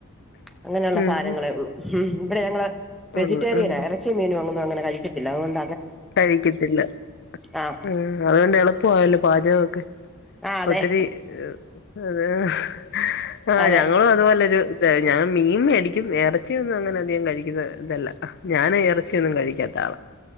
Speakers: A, in the centre; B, on the left.
A: അങ്ങനെയുള്ള
B: ഉം
A: സാധനങ്ങളെ ഉള്ളു ഉം ഇവിടെ ഞങ്ങള്- വെജിറ്റേറിയനാ
B: ഉള്ളു ഉം
A: എറച്ചീം മീനുവൊന്നും അങ്ങനെ കഴി വെയ്ക്കത്തില്ല അതുകൊണ്ട് -
B: കഴിക്കത്തില്ല
A: ആഹ്
B: ഉം അതുകൊണ്ടെളുപ്പവാ വായ്യല്ലോ പാചകവൊക്കെ
A: ആഹ് അതെ
B: ഒത്തിരി എ <unintelligible> ആഹ്
A: അതെ
B: ഞങ്ങളും അതുപോലൊരു ഇത ഞാൻ മീൻ മേടിക്കും ഇറച്ചിയൊന്നും അങ്ങനെ അധികം കഴിക്കുന്ന ഇതല്ല ഞാന് ഇറച്ചിയൊന്നും കഴിക്കാത്ത ആളാ